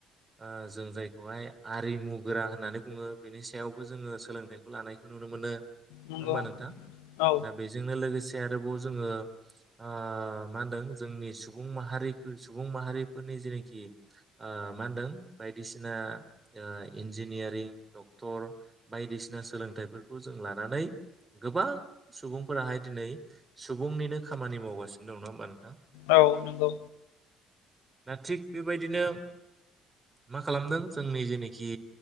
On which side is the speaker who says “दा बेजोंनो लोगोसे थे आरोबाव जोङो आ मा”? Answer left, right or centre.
Right